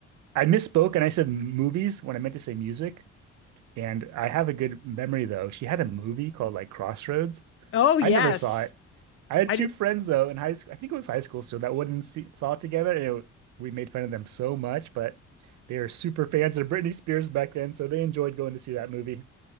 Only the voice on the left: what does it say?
Oh yes.
I
did